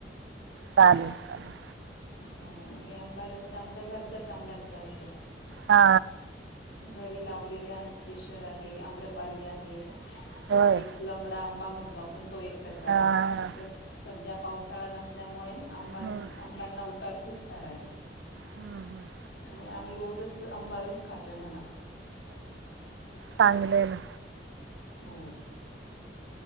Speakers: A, on the right (about 80°); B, on the left (about 85°).
A: चालेल चालेल.
B: हो, आणि आंबा रस् तर आमच्या घरच्याच आंब्यांचा असतो.
A: हा
B: घरी लावलेले आहेत, केशर आहे, आम्रपाली आहे,
A: होय
B: एक लंगडा आंबा म्हणतो आपण, तो एक प्रकारे,
A: हा हा
B: सध्या पावसाळा नसल्यामुळे आंबा
A: हम्म
B: उतार खूप सारा आहे.
A: हम, हम.
B: आणि आम्ही रोजच आंबा रस खातोय म्हना
A: चांगलं आहे ना.
B: हो.